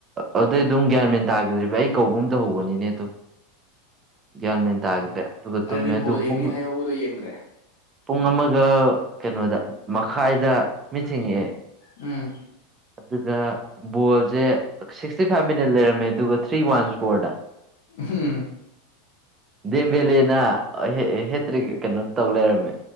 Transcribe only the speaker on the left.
ꯑꯗꯨꯗꯤ
ꯕꯣꯜ
ꯌꯦꯡꯅꯤ
ꯍꯥꯏꯍꯧꯕꯗꯣ ꯌꯦꯡꯗ꯭ꯔꯦ
ꯎꯝ
<unintelligible>